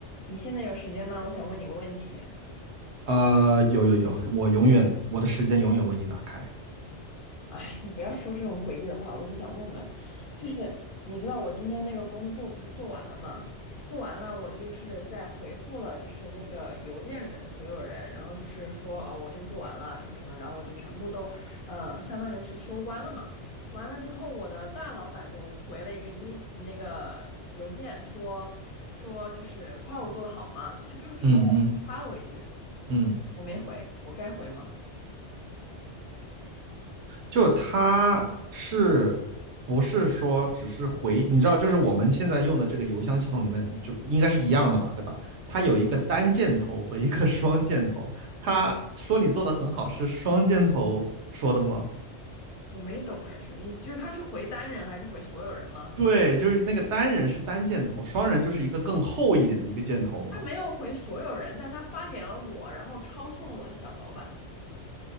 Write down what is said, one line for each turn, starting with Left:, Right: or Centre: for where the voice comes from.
Left: 你现在有时间吗？我想问你个问题。
Right: 呃，有有有，我永远我的时间永远为你打开。
Left: 哎，你不要说这种诡异的话，我就想问问，就是你知道我今天那个工作不是做完了吗？做完了，我就是在回复了，就是那个邮件里面的所有人，然后就是说啊、我这个做完了什么什么的，然后我就全部都，嗯、相当于是收官了嘛。完了之后，我的大老板就回了一个一那个邮件说说就是夸我做的好嘛，他就是说了一句夸了我一句，
Right: 嗯嗯嗯
Left: 我没回，我该回吗？
Right: 就他是不是说只是回？你知道，就是我们现在用的这个邮箱系统里面，就应该是一样的吧，对吧？它有一个单箭头和一个 <laughs> 双箭头。他说你做的很好，是双箭头说的吗？
Left: 我没懂哎，什么意思？就是他是回单人还是回所有人吗？
Right: 对，就是那个单人是单箭头，双人就是一个更厚一点的一个箭头吗？
Left: 他没有回所有人，但他发给了我，然后抄送了我的小老板，